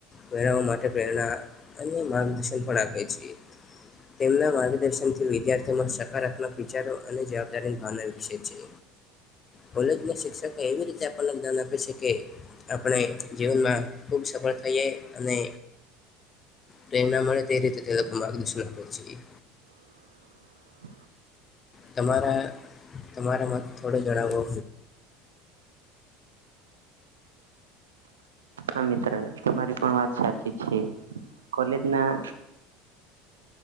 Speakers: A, on the left (about 35°); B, on the right (about 85°).
A: મેળવવા માટે પ્રેરણા અને માર્ગદર્શન પણ આપે છે. તેમના માર્ગદર્શનથી વિદ્યાર્થીઓમાં સકારાત્મક વિચારો અને જવાબદારીની ભાવના વિકસે છે. કોલેજ ના શિક્ષકો એવી રીતે આપણને ધાન આપે છે કે આપણે જીવનમાં ખુબ સફળ થઈએ અને પ્રેરણા મળે તે રીતે તે લોકો માર્ગદર્શન આપવો જોઈએ.
B: <inaudible>
A: તમારે તમારે મત થોડે જણાવવો.
B: હા મિત્ર તમારી પણ વાત સાચી છે કોલેજ ના